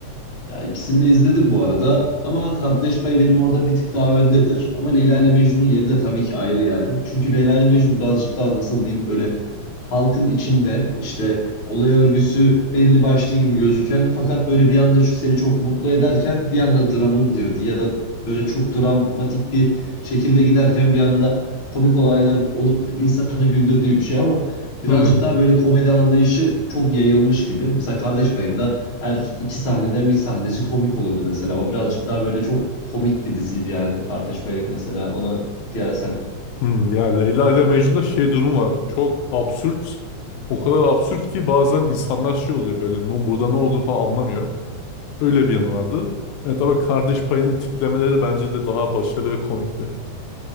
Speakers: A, on the left; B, on the left.
A: Ya ikisini de izledim bu arada ama Kardeş Payı benim orada bir tık daha öndedir. Ama Leyla ile Mecnun'un yeri de tabii ki ayrı yani. Çünkü Leyla ile Mecnun birazcık daha nasıl diyeyim böyle halkın içinde işte olay örgüsü belli başlı gibi gözüken fakat böyle bir anda şu seni çok mutlu ederken bir anda dramın girdi ya da böyle çok dramatik bir şekilde giderken bir anda komik olayların olup insanı güldürdüğü bir şey ama birazcık
B: Hmm,
A: daha böyle komedi anlayışı çok yayılmış gibi. Mesela Kardeş Payı'nda her iki sahneden bir sahnesi komik oluyordu mesela. O birazcık daha böyle çok komik bir diziydi yani. Kardeş Payı mesela ona kıyasen.
B: hmm. Ya Leyla ile Mecnun'da şey durum var. Çok absürt. O kadar absürt ki bazen insanlar şey oluyor böyle. No, burada ne olduğunu falan anlamıyor. Öyle bir yanı vardı. E tabii Kardeş Payı'nın tiplemeleri bence de daha başarılı ve komikti.